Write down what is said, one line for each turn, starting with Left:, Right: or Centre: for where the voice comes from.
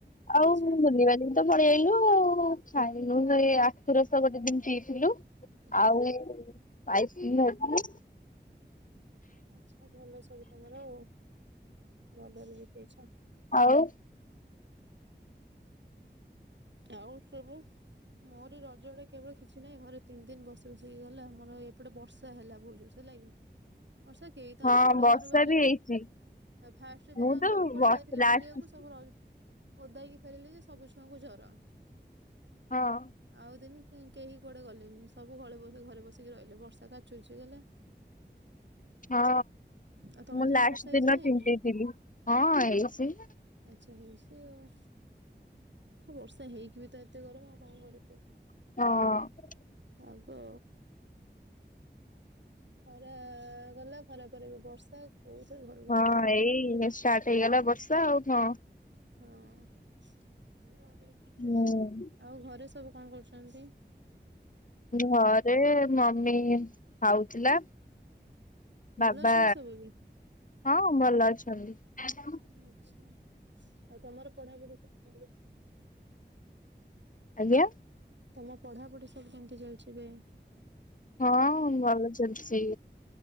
Left: ଆଉ
Right: ଆଚ୍ଛା
Left: ମୁଁ ବୁଲିବାଲି ତ ପଳେଇଆଇଲୁ। ଖାଇଲୁ ସେ ଆଖୁରସ ଗୋଟେ ଦିନ ପିଇଥିଲୁ।
Right: ହୁଁ।
Left: ଆଉ <unintelligible>
Right: ଆଚ୍ଛା ଭଲ ସବୁ ତମର ଆଉ। ଭଲରେ ବିତେଇଛ।
Left: ଆଉ?
Right: ଆଉ ସବୁ? ମୋର ରଜ ଟା କେବଳ କିଛି ନାହିଁ ଘରେ ତିନି ଦିନ ବସି ବସି କି ଗଲା ମୋର ଏପଟେ ବର୍ଷା ହେଲା ବହୁତ ଜୋର ସେ। ହେଲାକି, ବର୍ଷା କେହି ତ
Left: ହଁ
Right: ଆମ ଏପଟୁ
Left: ବର୍ଷା
Right: ଘରୁ ବାହାରିଲେନି।
Left: ବି ହେଇଛି
Right: ଫାଷ୍ଟ ଦିନ
Left: ମୁଁ ତ
Right: ସବୁ କୁଆଡ଼େ
Left: ବର୍ଷ
Right: ଯାଇଥିଲେ
Left: ଲାଷ୍ଟ
Right: ବୁଲିବାକୁ ସବୁ ଓଦା ହେଇକି ଫେରିଲେ ଯେ ସବୁ ଛୁଆଙ୍କୁ ଜର।
Left: ହଁ।
Right: ଆଉ ଦିନେ କେହି କୁଆଡ଼େ ଗଲେନି। ସବୁ ଘଳେ ଘରେ ବସିକି ରହିଲେ। ବର୍ଷା କାଚୁଛି ଗଲା।
Left: ହଁ।
Right: ଆଉ ତମ
Left: ମୁଁ
Right: ସେପଟେ
Left: ଲାଷ୍ଟ
Right: ବର୍ଷା ହେଇଛି
Left: ଦିନ।
Right: ନା
Left: <unintelligible>
Right: ହେଇନି?
Left: ହଁ ହେଇଛି।
Right: ଆଚ୍ଛା ହେଇଛି ଆଉ। ହଉ ବର୍ଷା ହେଇକି ତ ଏତେ ଗରମ ଆଉ କଣ କରିବି।
Left: ହଁ।
Right: ପାଗ ଖରା ଗଲା, ଖରା ପରେ ଏବେ ବର୍ଷା। କୋଉଥିରେ ଘରୁ ବାହାରି
Left: ହଁ,
Right: ହଉନି।
Left: ଏଇ ଷ୍ଟାର୍ଟ ହେଇଗଲା ବର୍ଷା ଆଉ କଣ।
Right: ହଁ।
Left: ହୁଁ।
Right: ଆଉ ଘରେ ସବୁ କଣ କରୁଛନ୍ତି?
Left: ଘରେ ମମି ଖାଉଥିଲା।
Right: ଭଲ
Left: ବାବା
Right: ଅଛନ୍ତି ସବୁ ଏବେ?
Left: ହଁ ଭଲ ଅଛନ୍ତି।
Right: ଆଚ୍ଛା। ଆଉ ତମର ପଢ଼ାପଢି଼ ସବୁ? <unintelligible>
Left: ଆଜ୍ଞା
Right: ତମ ପଢ଼ାପଢି଼ ସବୁ କେମତି ଚାଲିଛି ଏବେ?
Left: ହଁ, ଭଲ ଚାଲଛି।